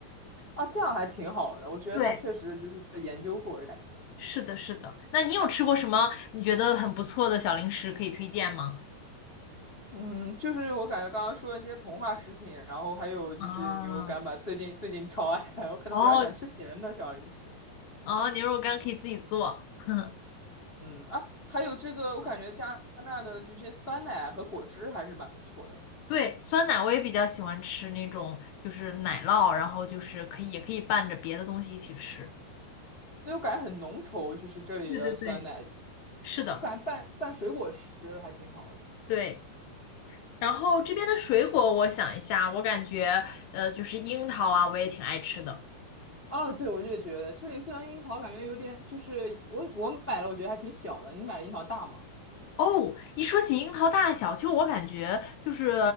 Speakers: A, on the left; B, on the left.
A: 啊，这样还挺好的，我觉得他确实就是研究过的感觉。
B: 对。是的，是的。那你有吃过什么你觉得很不错的小零食可以推荐吗？
A: 嗯，就是我感觉刚刚说的一些膨化食品，然后还有就是牛肉干吧，
B: 啊，
A: 最近最近超爱，<laughs> 我可能比较想吃咸的小零食。
B: 哦哦，牛肉干可以自己做。<laughs>
A: 嗯啊，还有这个，我感觉加拿大的这些酸奶和果汁还是蛮不错的。
B: 对，酸奶我也比较喜欢吃那种，就是奶酪，然后就是可以也可以拌着别的东西一起吃。
A: 对，我感觉很浓稠，就是这里的酸奶，
B: 对对对，是的，
A: 我感觉拌拌水果吃还挺好的。
B: 对。然后这边的水果，我想一下，我感觉呃，就是樱桃啊，我也挺爱吃的。
A: 啊，对，我也觉得这里虽然樱桃感觉有点，就是我我买了，我觉得还挺小的。你买的樱桃大吗？
B: 哦，一说起樱桃大小，其实我感觉就是